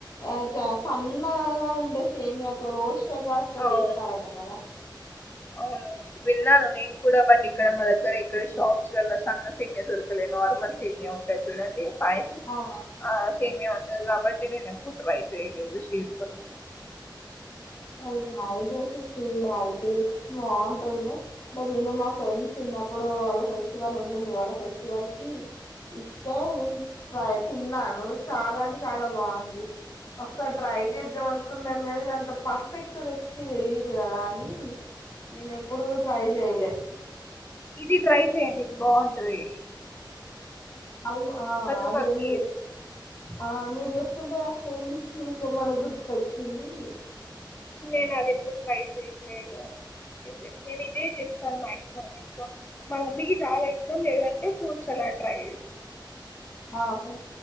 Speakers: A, on the left; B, on the left.
A: ఆ చ సన్నగా ఉండే సేమియాతో రోస్ట్ చెడ్ వాడుతో
B: అవును
A: చేస్త రాట కదా
B: అవును విన్నాను నేను కూడా బట్ ఇక్కడ మా దగ్గర ఇక్కడ షాప్స్ లల్ల సన్న సేమయ దొరకలే నార్మల్ సేమియ ఉంటాది చూడండి పాయసం
A: ఆ
B: ఆ సేమియ ఉంటది కాబ నేనే ప్పుడు ట్రై చేయలేదు షీట్స్ కొర
A: ఉం ఒకసారి ట్రై చేసి చూడాలి టేస్ట్ బాగుంటుందో అంటే నేను మా ఫ్రెండ్స్ చిన్నప్పుడు వాళ్ళ ఫె చి వాళ్ళ ఉంటుంది గ వాల్ల ఫెస్టివల్ కి ఇస్తే నేన్ ట్రై తిన్నాను చాలా అంటే చాలా బాగుంది ఒకసారి ట్రై చేద్దాం అనుకున్నాను కని ఇదంత పర్ఫెక్ట్ రెసిపీ తెలిదు కదా అని నేను ఎప్పుడు ట్రై చేయలే
B: ఇది ట్రై చెయండి ఇది బాగుంటది
A: ఐం ఆ
B: కదుకకి
A: అదే మి ఆ మీరు చెప్తుంటే నాకు ఫేమి షిర్ కుర్మానే గుర్తుకోచ్చింది.
B: నేను అది ఎప్పుడూ ట్రై చేయలేదు. ఇదే నేను ఇదే చేస్తాను మాక్సిమం మా మమ్మీకి చాలా ఇష్టం. లేదంటే ఫ్రూట్స్ సలాడ్ ట్రై చేస్
A: ఆకు